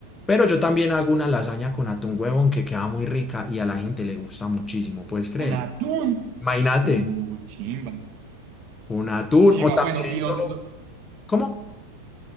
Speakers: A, on the left; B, on the right.
A: Pero yo también hago una lasaña con atún huevón que queda muy rica y a la gente le gusta muchísimo, puedes creerlo.
B: ¿Con atún?
A: Imagínate,
B: Uy, chimba.
A: con atún
B: Chimba,
A: o también
B: bueno, ¿y dónde,
A: solo... ¿Cómo?